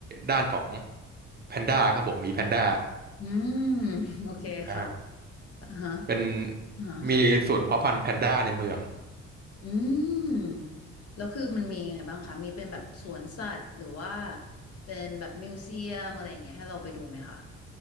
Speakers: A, on the right; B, on the left.
A: ด้านของแพนด้าครับผมมีแพนด้า
B: อืมโอเคค่ะ
A: อ่า
B: อ่าฮะ
A: เป็น
B: อ่าฮะค่ะ
A: มีศูนย์เพาะพันธุ์แพนด้าในเมือง
B: อืมแล้วคือมันมียังไงบ้างคะมีเป็นแบบสวนสัตว์หรือว่าเป็นแบบมิวเซียมอะไรอย่างเงี้ยให้เราไปดูไหมคะ